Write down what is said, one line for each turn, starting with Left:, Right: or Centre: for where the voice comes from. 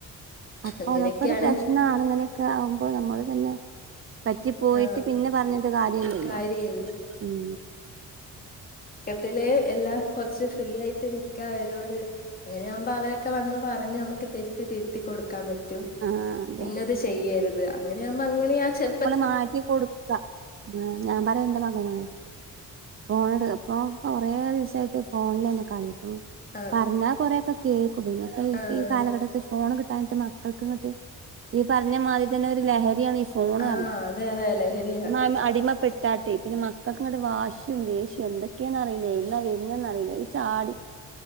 Right: അപ്പൊ
Left: അങ്ങനെയൊക്കെയാണ്
Right: അതൊക്കെ ഒരു പ്രശ്നാണ് ങ്ങനെക്കെ ആവുമ്പോ നമ്മള് തന്നെ പറ്റി പോയിട്ട്
Left: ആഹ്
Right: പിന്നെ പറഞ്ഞിട്ട് കാര്യല്ല്യലോ
Left: കാര്യയില്ല
Right: ഉം
Left: ത്തില് എല്ലാം കുറച്ച് ഫ്രീ ആയിട്ട് നിക്കാ അവരോട് അങ്ങനെയാകുമ്പോ അവരൊക്കെ വന്ന് പറഞ്ഞ് നമുക്ക് തെറ്റ് തിരുത്തി കൊടുക്കാൻ പറ്റ റ്റും
Right: ആഹ് അതെ
Left: ഇന്നത് ചെയ്യരുത് അങ്ങനെയാവുമ്പോ അങ്ങനെ ചെറു
Right: മാറ്റികൊടുക്ക ഞാൻ പറയാ എന്റെ മകനോ ഫോണടു അപ്പൊ കൊറേ വസായിട്ട് ഫോണിലെന്നെ കളി ഉം
Left: ആഹ്
Right: പറഞ്ഞാ കൊറേക്കെ കേ <unintelligible> പിന്നെ ഇപ്പൊ
Left: ആഹ്
Right: ഈ കാലഘട്ടത്തിൽ ഫോൺ കിട്ട <unintelligible> <unintelligible> ഈ പറഞ്ഞമാതിരി തന്നെ ഒരു ലഹരിയാണ് ഈ ഫോൺപറഞ്ഞാ
Left: ആഹ് അതെ അതെ ലഹരിയാ
Right: അയ്മേ അടിമപ്പെട്ടാട്ടെ പിന്നെ മക്ക മകക്ക് ഇങ്ങോട്ട് വാശൃം ദേഷ്യവും എന്തൊക്കെയന്ന് അറിയില്ല എടുന്നാ വരുന്നതറീല്ല ഒരു ചാടി